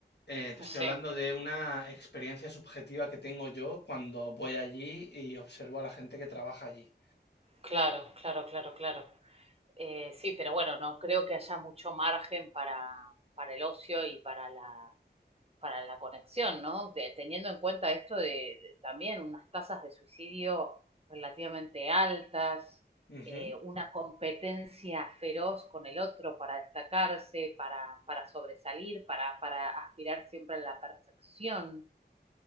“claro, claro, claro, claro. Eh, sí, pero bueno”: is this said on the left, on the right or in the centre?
Right